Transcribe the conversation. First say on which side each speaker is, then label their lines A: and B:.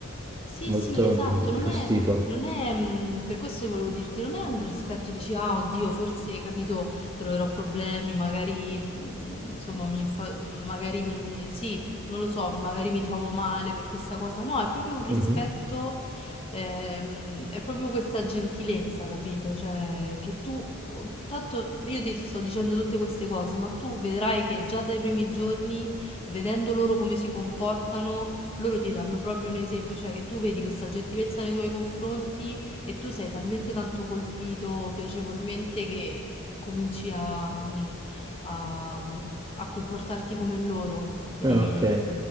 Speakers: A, on the left (about 25°); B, on the right (about 15°).
A: Sì,
B: molto
A: sì, esatto,
B: mh,
A: non
B: di questo
A: è,
B: tipo.
A: non è, mh, per questo io volevo dirti, non è un rispetto, dici, ah, oddio, forse, capito, troverò problemi, magari, mh, insomma, mi, infa- mh, magari mi, sì, non lo so, magari mi trovo male per questa cosa, no, è proprio un rispetto,
B: Mhm.
A: ehm, è proprio questa gentilezza, capito? Cioè, che tu, boh, tanto io ti sto dicendo tutte queste cose, ma tu vedrai che già dai primi giorni, vedendo loro come si comportano, loro ti danno proprio un esempio, cioè che tu vedi questa gentilezza nei tuoi confronti e tu sei talmente tanto colpito piacevolmente che eh, cominci a, mh, a- mm, a comportarti come loro e,
B: Ah, ok,